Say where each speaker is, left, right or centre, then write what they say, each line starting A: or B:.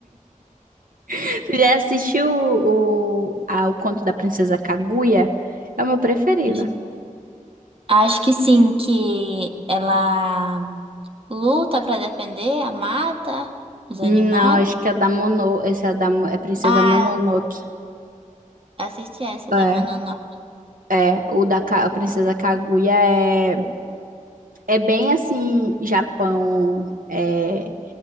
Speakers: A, on the right (about 80°); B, on the right (about 40°).
A: <laughs> Tu já assistiu o, o, a- o Conto da Princesa Kaguya? É o meu preferido.
B: J- Acho que sim, que ela luta pra defender a mata, os
A: Não,
B: animais.
A: acho que é da Mono. Esse é da é Princesa
B: Ah,
A: Mononoke.
B: assisti essa
A: É,
B: da Mononoke.
A: é, o da Ka- a Princesa Kaguya é, é bem assim, Japão é,